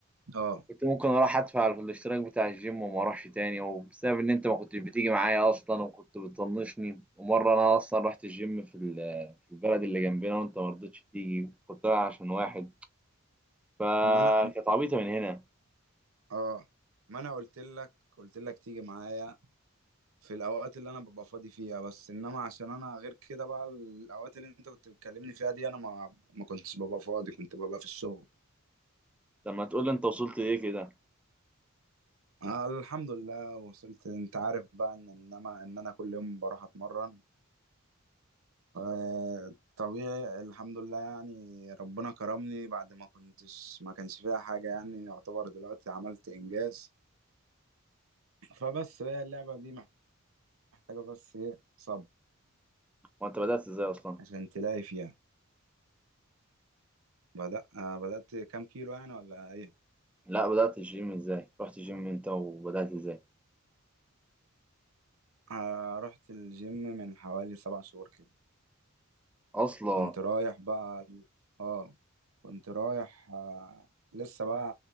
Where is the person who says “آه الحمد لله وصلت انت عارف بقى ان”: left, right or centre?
Right